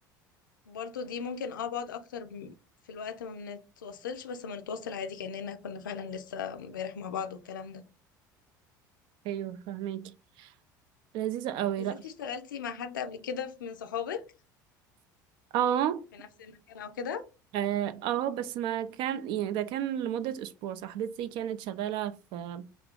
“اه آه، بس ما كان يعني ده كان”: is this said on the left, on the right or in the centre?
Right